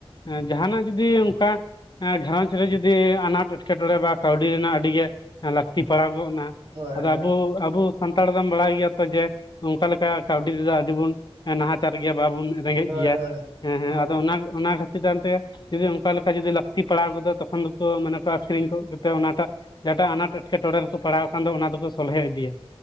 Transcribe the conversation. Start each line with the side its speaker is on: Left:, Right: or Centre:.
Left: ᱮᱸ ᱡᱟᱦᱟᱸᱱᱟᱜ ᱡᱩᱫᱤ ᱚᱸᱠᱟ ᱮᱸ ᱜᱷᱟᱨᱚᱸᱡᱽ ᱨᱮ ᱡᱩᱫᱤ ᱟᱱᱟᱴ ᱮᱴᱠᱮ ᱴᱚᱬᱮ ᱵᱟ ᱠᱟᱹᱣᱰᱤ ᱨᱮᱱᱟᱜ ᱟᱹᱰᱤ ᱜᱮ ᱞᱟᱠᱛᱤᱵ ᱯᱟᱲᱟᱣ ᱜᱚᱜ ᱮᱱᱟ,
Right: ᱦᱳᱭ
Left: ᱟᱫᱚ
Right: ᱦᱳᱭ
Left: ᱟᱵᱚ ᱟᱹᱵᱩᱥ ᱥᱟᱱᱛᱟᱲ ᱫᱚᱢ ᱵᱟᱲᱟᱭ ᱜᱮᱭᱟ ᱛᱚ ᱡᱮ ᱚᱸᱠᱟ ᱞᱮᱠᱟ ᱠᱟᱹᱣᱰᱤ ᱨᱮᱫᱚ ᱟᱹᱰᱤᱵᱩᱱ ᱱᱟᱦᱟᱪᱟᱨ ᱜᱮᱭᱟ ᱵᱟᱵᱩᱱ ᱮᱢ ᱞᱮᱜᱮᱡ
Right: ᱦᱳᱭ
Left: ᱜᱮᱭᱟ,
Right: ᱦᱳᱭ
Left: ᱦᱮᱸ ᱦᱮᱸ
Right: ᱦᱳᱭ
Left: ᱟᱫᱚ ᱚᱱᱟᱜᱽ ᱚᱱᱟ ᱠᱷᱟ- ᱪᱮᱛᱟᱱ ᱛᱮ ᱡᱩᱫᱤ ᱚᱸᱠᱟ ᱞᱮᱠᱟ ᱡᱩᱫᱤ ᱞᱟᱹᱠᱛᱤ ᱯᱟᱲᱟᱣ ᱜᱚᱫᱚᱜᱼᱟ, ᱛᱚᱠᱷᱚᱱ ᱫᱚᱠᱚ ᱢᱟᱱᱮ ᱠᱚ ᱟᱹᱠᱷᱨᱤᱧ ᱠᱚᱜ ᱜᱮᱛᱮ ᱚᱱᱟ ᱴᱟᱜ ᱡᱟᱦᱟᱸᱴᱟᱜ ᱟᱱᱟᱴ ᱮᱴᱠᱮ ᱴᱚᱲᱮ ᱨᱮᱠᱚ ᱯᱟᱲᱟᱣ ᱟᱠᱟᱱ ᱫᱚ ᱚᱱᱟ ᱫᱚᱠᱚ ᱥᱚᱞᱦᱮ ᱤᱫᱤᱭᱟ᱾